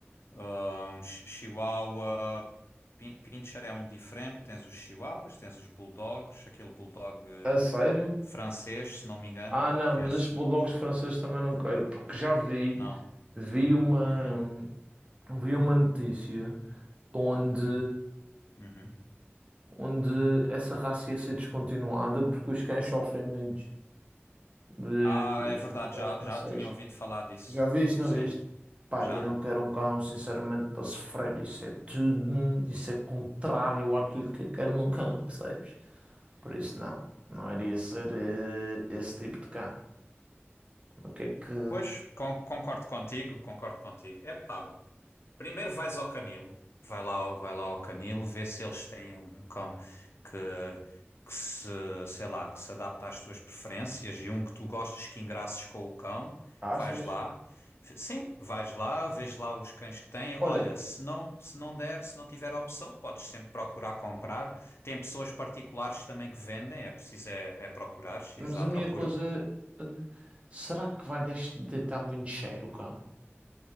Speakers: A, on the left; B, on the right.
A: Ah, um chi- chihuahua. pin- Pincher é um diferente. Tens os chihuahuas, tens os bulldogs, aquele bulldog eh,
B: A sério?
A: francês, se não me engano,
B: Ah, não,
A: que é
B: mas
A: assim.
B: estes bulldogs franceses também não quero, porque já vi,
A: Não.
B: vi uma,
A: Uhum,
B: vi uma notícia onde,
A: uhum.
B: onde essa raça ia ser descontinuada porque os cães sofrem muito. Eh,
A: Ah, é
B: Estes
A: verdade,
B: bulldogs
A: já,
B: franceses.
A: já tinha ouvido falar disso.
B: Já viste, não
A: Sim,
B: viste? Pá,
A: já.
B: eu não quero um cão, sinceramente, para sofrer. Isso é tudo, isso é contrário àquilo que eu quero num cão, percebes? Por isso, não. Não iria ser eh, esse tipo de cá. O que é que
A: Pois, con- concordo contigo, concordo contigo. Epá, Primeiro vais ao canil, vai lá, ao- vai lá ao canil, vê se eles têm um cão que, que se, sei lá, que se adapta às tuas preferências e um que tu gostes que engraças com o cão,
B: achas?
A: vais lá. F- Sim, vais lá, vês lá os cães que têm.
B: Olha,
A: Olha, se não, se não der, se não tiver opção, podes sempre procurar comprar. Tem pessoas particulares também que vendem, é preciso é, é procurar, ir
B: mas
A: à
B: a
A: procura.
B: minha coisa. eh, será que vai deix- deitar muito cheiro o cão?